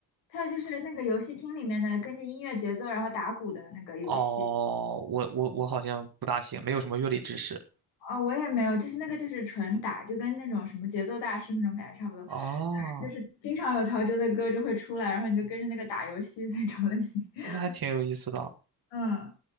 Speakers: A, on the left (about 85°); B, on the right (about 55°).
A: 还有就是那个游戏厅里面的跟着音乐节奏然后打鼓的那个游戏。
B: 哦，我我我好像不大行，没有什么乐理知识。
A: 哦，我也没有，就是那个就是纯打，就跟那种什么节奏大师那种感觉差不多，
B: 哦，
A: 就是经常有陶喆的歌就会出来，然后你就跟着那个打游戏那种类型。<laughs>
B: 那还挺有意思的。
A: 嗯